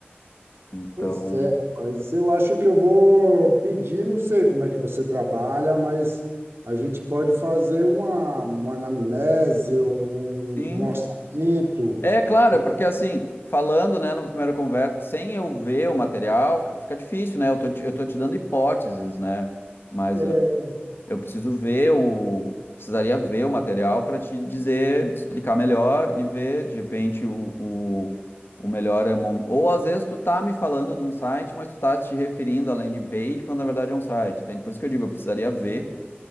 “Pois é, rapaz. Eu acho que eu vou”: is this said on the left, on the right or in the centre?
Right